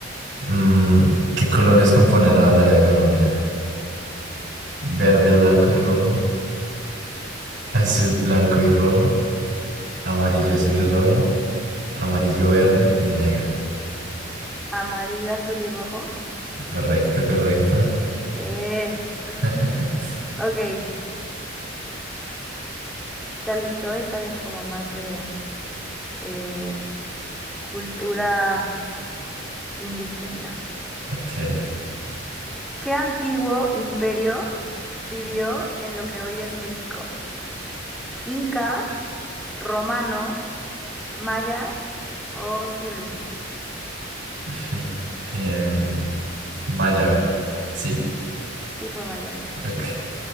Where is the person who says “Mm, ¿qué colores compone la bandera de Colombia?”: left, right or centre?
Right